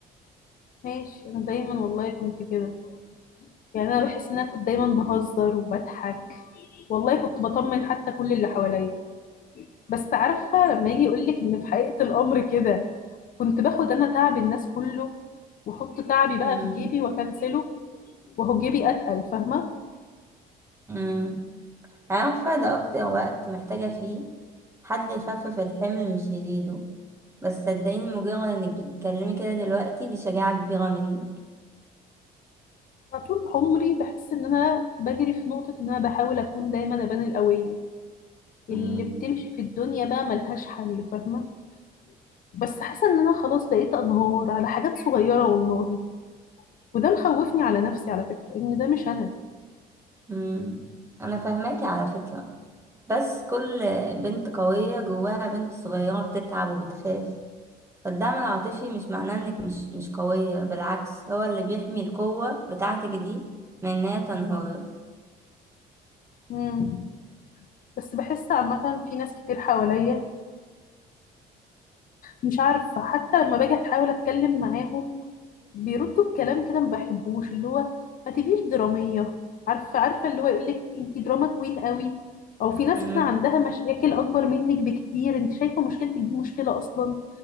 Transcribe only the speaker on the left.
ماشي انا دايما والله كنت كده يعني انا بحس ان انا كنت دايما بهزر وبضحك والله كنت بطمن حتى كل اللي حواليا بس عارفه لما يجي يقولك ان في حقيقه الامر كده كنت باخد انا تعب الناس كله واحط تعبي بقى
في جيبي واكنسله وهو جيبي اتقل فاهمه
أنا طول عمري بحس إن أنا بجري في نقطة إن أنا بحاول أكون دايما أبان القوية اللي
بتمشي في الدنيا بقى ملهاش حل فاهمة بس حاسة إن أنا خلاص بقيت أنهار على حاجات صغيرة والله وده مخوفني على نفسي على فكرة إن ده مش أنا
مم. بس بحس عامة في ناس كتير حواليا مش عارفة حتى لما باجي أحاول أتكلم معاهم بيردوا بكلام كده ما بحبوش اللي هو ما تبقيش درامية عارفة عارفة اللي هو يقول لك انت دراما كوين قوي او في ناس
كده عندها مشاكل اكبر منك بكتير انت شايفة مشكلتك دي مشكلة اصلا